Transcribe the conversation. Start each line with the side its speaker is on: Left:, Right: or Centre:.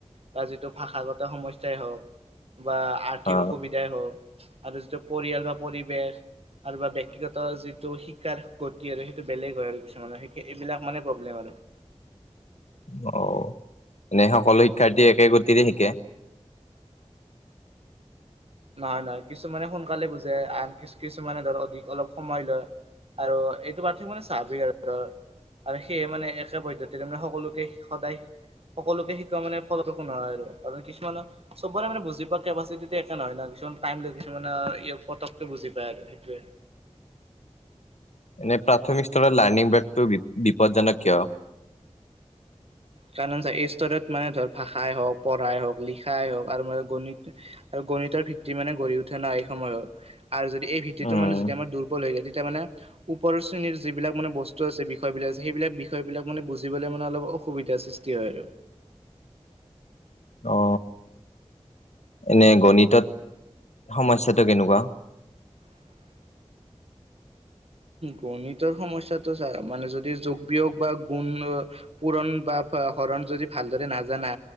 Right: বা যিটো ভাষাগত সমস্য- স্যা হওক বা আৰ্থিক
Left: অ
Right: অসুবিধাই হওক আৰু যিটো পৰিয়াল বা পৰিৱেশ আৰু বা ব্যক্তিগত যিটো শিক্ষাৰ গতি আৰু সেইটো বেলেগ হয় আৰু কিছুমানৰ এইবিলাক মানে প্ৰবলেম আৰু। <inaudible>
Left: অ এনেই সকলো শিক্ষাৰ্থীয়ে একে গতিৰে শিকে।
Right: নহয় নহয় কিছুমানে সোনকালে বুজে, আন কিছুমানে ধৰক অধিক অলপ সময় লয়। আৰু এইটো পাৰ্থক্য মানে স্বাভাৱিক আৰ। আৰু সেয়ে মানে একে পদ্ধতিৰে মানে সকলোকে সদায়। সকলোকে শিকোৱা মানে ফলপ্ৰসূ নহয় আৰু কিছুমানৰ চবৰে মানে বুজি পোৱা কেপাচিটিটো একে একে নহয় ন কিছুমান টাইম লয় কিছুমানে পতককে বুজি পায় আৰু সেইটোৱে। <inaudible>
Left: এনে প্ৰাথমিক স্তৰৰ লাৰ্ণিং বেগটো বি বিপদজনক কিয়?
Right: কাৰণ এই স্তৰত মানে ধৰ ভাষাই হওক পঢ়াই হওঁক লিখাই হওক আৰু মানে গণিত আৰু গণিতৰ ভিত্তি মানে গঢ়ি উঠা নাই এই সময়ত আৰু যদি এই ভিত্তিটো
Left: উম
Right: মানে যদি আমাৰ দুৰ্বল হৈ যায়। তেতিয়া মানে ওপৰৰ শ্ৰেণীৰ যিবিলাক মানে বস্তু আছে বিষয় বিলাক আছে সেইবিলাক বিষয় বিলাক মানে বুজিবলৈ মানে অলপ অস- সুবিধাৰ সৃষ্টি হয় আৰু।
Left: অ। এনে গণিতত সমস্যাটো কেনেকুৱা?
Right: <inaudible> গণিতৰ সমস্যাটো চা মানে যদি যোগ, বিয়োগ বা গুণ, পূৰণ বা বা হৰণ যদি ভালদৰে নাজানা